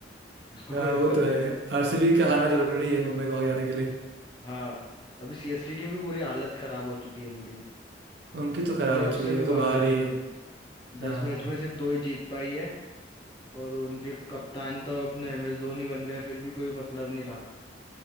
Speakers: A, on the left (about 25°); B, on the right (about 65°).
A: उसको
B: हाँ
A: कोई
B: वो
A: फर्क
B: तो है
A: नहीं पड़ता
B: आरसीबी के हारना जरूरी है मुंबई को आगे आने के लिए
A: हाँ अभी सीएसके की भी पूरी हालत खराब हो चुकी है पूरी
B: उनकी तो खराब
A: प्लेऑफ
B: हो चुकी
A: से भी
B: है वो तो
A: बाहर
B: बाहर
A: हो
B: ही
A: चुकी
B: है
A: है
B: हाँ
A: दस मैच में सिर्फ दो ही जीत पाई है और उनके कप्तान तो अपने एम एस धोनी बन गए फिर भी कोई मतलब नहीं रहा